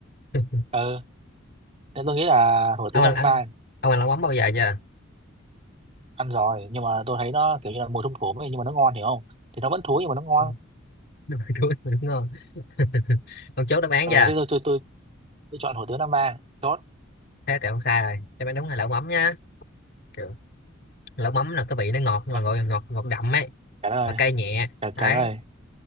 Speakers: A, on the left (about 50°); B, on the right (about 30°).
A: <laughs>
B: ừ nên tôi nghĩ là hủ
A: ông
B: tiếu nam
A: ăn ăn
B: vang
A: ông ăn lẩu mắm bao giờ chưa
B: ăn rồi nhưng mà tôi thấy nó kiểu như là mùi thum thủm ấy nhưng mà nó ngon hiểu không thì nó vẫn thúi nhưng mà nó ngon
A: Ồ, đúng rồi, chuối đúng ngon <laughs> ông chốt đáp án
B: ừ
A: chưa
B: thế tôi tôi tôi, tôi chọn hủ tiếu nam vang chốt
A: thế thì ông sai rồi đáp án đúng là lẩu mắm nha Kiểu lẩu mắm là cái vị nó ngọt nhưng
B: Vâng,
A: mà gọi là ngọt ngọt đậm ấy
B: trả lời
A: mà cay nhẹ
B: trả,
A: đấy
B: trả lời